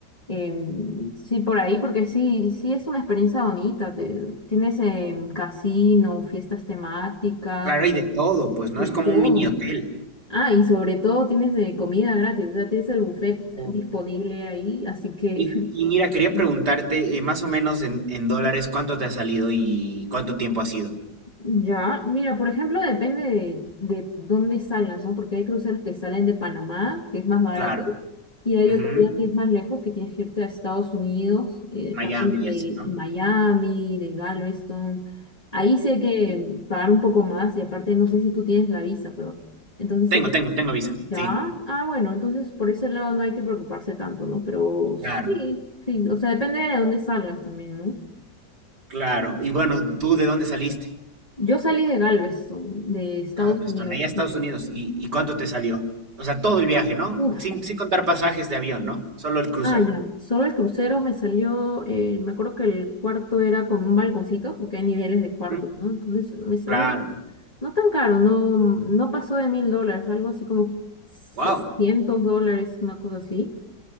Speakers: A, on the left; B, on the right.
A: Em, sí, por ahí, porque sí, sí es una experiencia bonita. te- tienes em, casino, fiestas temáticas,
B: Claro, hay de todo, pues, ¿no?
A: de
B: Es
A: todo.
B: como un mini hotel.
A: Ah, y sobre todo tienes de comida gratis, o sea, tienes el buffet eh,
B: Uh,
A: disponible ahí, así que
B: Y, y mira, quería
A: <laughs>
B: preguntarte, eh, más o menos en, en dólares, ¿cuánto te ha salido y cuánto tiempo ha sido?
A: Ya, mira, por ejemplo, depende de, de dónde salgan, ¿no? Porque hay cruceros que salen de Panamá, que es más barato,
B: Claro.
A: y hay
B: Ujú,
A: otro ya que es más lejos, que tienes que irte a Estados Unidos, eh,
B: Miami
A: parten de
B: y así, ¿no?
A: Miami, de Galveston. Ahí sí hay que
B: Sí.
A: pagar un poco más, y aparte no sé si tú tienes la visa, pero entonces
B: Tengo,
A: se-
B: tengo, tengo visa.
A: ya,
B: Sí.
A: ah, bueno, entonces por ese lado no hay que preocuparse tanto, ¿no? Pero sí,
B: Claro,
A: sí, o sea, depende de dónde salgas también, ¿no?
B: claro. Y bueno, ¿tú de dónde saliste?
A: Yo salí de Galveston, de Estados
B: Galveston,
A: Unidos.
B: allá a Estados Unidos. ¿Y, y cuánto te salió? O sea, todo el viaje, ¿no?
A: Uf,
B: Sin, sin contar pasajes de avión, ¿no? Solo el crucero.
A: ah, ya. Solo el crucero me salió, eh, me acuerdo que el cuarto era con un balconcito, porque hay niveles de cuartos,
B: Ujú,
A: ¿no? Entonces me salió
B: Claro.
A: no tan caro, no, no pasó de mil dólares, algo así como setecientos
B: Wow.
A: dólares, una cosa así.